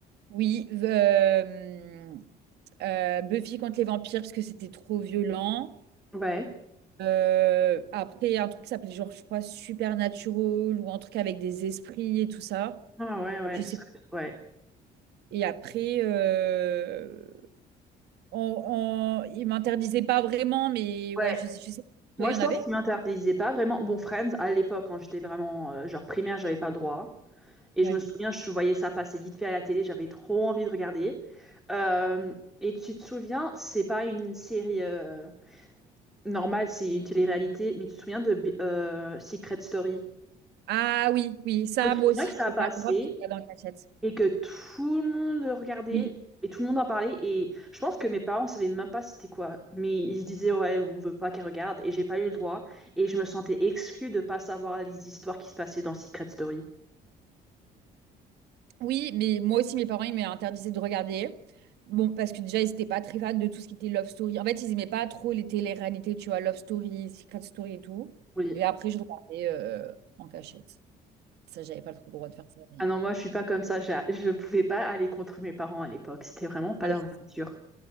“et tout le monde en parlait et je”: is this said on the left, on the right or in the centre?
Centre